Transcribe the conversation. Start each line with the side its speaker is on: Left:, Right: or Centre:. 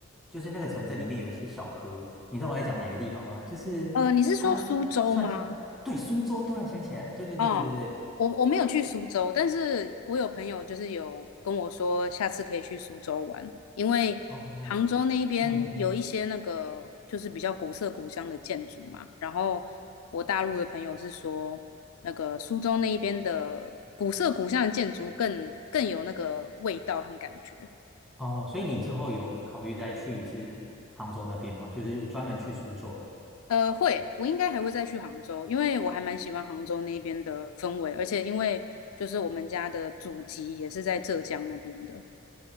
Centre: 就是那个城镇里面有一些小河。你知道我在讲哪个地方吗？就是它是算是对苏州，
Left: 呃，你是说苏州吗？
Centre: 突然想起来了，对对对对对对。
Left: 嗯，我我没有去苏州，但是我有朋友就是有跟我说，下次可以去苏州玩，因为杭州那一边有一些那个就是比较古色古香的建筑嘛。
Centre: 哦，嗯，
Left: 然后我大陆的朋友是说，那个苏州那一边的古色古香的建筑更更有那个味道和感觉。
Centre: 哦，所以你之后有考虑再去一次杭州那边吗？就是专门去苏州。
Left: 呃，会，我应该还会再去杭州，因为我还蛮喜欢杭州那边的氛围，而且因为就是我们家的祖籍也是在浙江那边的，